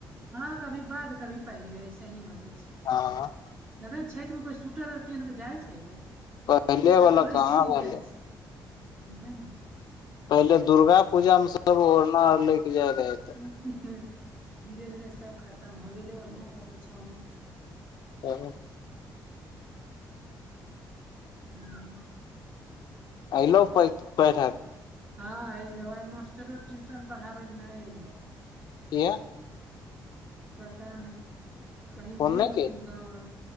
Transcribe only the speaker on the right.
हँ कभी बाद कभी पहिले ऐसे ही अबै छै।
देखै छठि में कोइ स्वेटर आर पेहेन के जाइ छै रे
सब
तो अइसी
जाइ छै। ह ह <unintelligible>
<unintelligible> धीरे- धीरे सब खत्म हो गेलै ओड़ना आ बिछौना।
हूँ।
हँ ऐलौ मास्टरो ट्यूशन पढ़ाबे नैय एलेै।
पता नैय, कही
गेल
होथिन गाँव और